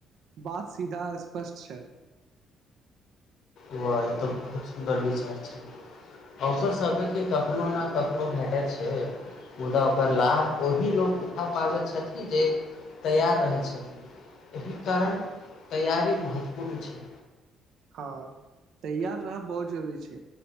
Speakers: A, on the right; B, on the left.
A: बात सीधा स्पष्ट छल
B: ओ ई तऽ बहुत सुन्दर विचार छै अवसर सभकेके कखनोहु ने कखनोहु भेटैत छै मुदा ओकर लाभ ओही लोको उठा पाबै छथिन जे तैयार रहै छथिन एहि कारण तैयारी महत्वपूर्ण छै
A: हँ तैयार रहब बहुत जरूरी छै